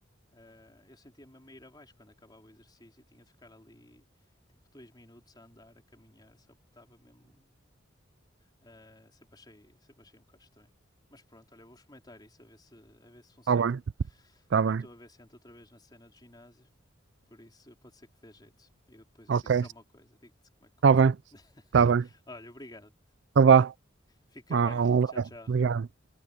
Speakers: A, on the left (about 20°); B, on the right (about 60°).
A: Uh, eu sentia-me a meio abaixo quando acabava o exercício, tinha de ficar ali tipo dois minutos a andar, a caminhar, só porque estava mesmo. Uh, sempre, achei, sempre achei um bocado estranho. Mas pronto, olha, vou experimentar isso a ver se, a ver se funciona.
B: Está bem, está
A: Também
B: bem.
A: estou a ver se entro outra vez na cena do ginásio, por isso pode ser que dê jeito. E depois
B: Ok,
A: eu digo-te alguma coisa, digo-te como é que
B: está
A: correu.
B: bem,
A: <laughs>
B: está bem.
A: olha, obrigado.
B: Então vá.
A: Fica
B: Ah,
A: bem.
B: um
A: Tchau,
B: abraço.
A: tchau.
B: Obrigado.